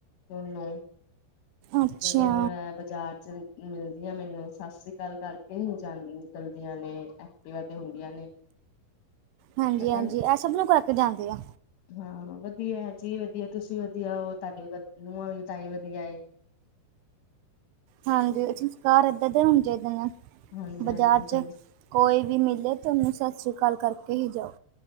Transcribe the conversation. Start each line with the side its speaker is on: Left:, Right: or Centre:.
Left: ਦੋਨੋ
Right: ਅੱਛਾ
Left: ਜਦੋਂ ਅ ਬਾਜ਼ਾਰ ਮਿਲਦੀਆਂ ਮੈਨੂੰ ਸਾਸ ਸ੍ਰੀ ਕਾਲ ਕਰਕੇ ਹੀ ਜਾਂਦੀ ਨਿਕਲਦੀਆਂ ਨੇ। ਕਈ ਵਾਰ ਤੇ ਹੁੰਦੀਆਂ ਨੇ
Right: ਹਾਂਜੀ-ਹਾਂਜੀ
Left: ਪਤਾ ਨੀ,
Right: ਐ ਸਭ ਨੂੰ ਕਰਕੇ ਜਾਂਦੀਆ।
Left: ਹਾਂ ਵਧੀਆ ਜੀ ਵਧੀਆ ਤੁਸੀਂ ਵਧੀਆ ਓ ਤਾਡੀ ਨੂਆਂ ਵੀ ਤਾਂਈ ਵਧੀਆ ਏ।
Right: ਹਾਂਜੀ ਸੰਸਕਾਰ ਏਦਾਂ ਦੇ ਹੋਣੇ ਚਾਇਦੇ ਨੇ
Left: ਹਾਂਜੀ
Right: ਬਜ਼ਾਰ
Left: ਹਾਂਜੀ
Right: ਚ ਕੋਈ ਵੀ ਮਿਲੇ ਤੇ ਓਨੂੰ ਸਾਸ ਸ਼੍ਰੀ ਕਾਲ ਕਰਕੇ ਹੀ ਜਾਓ।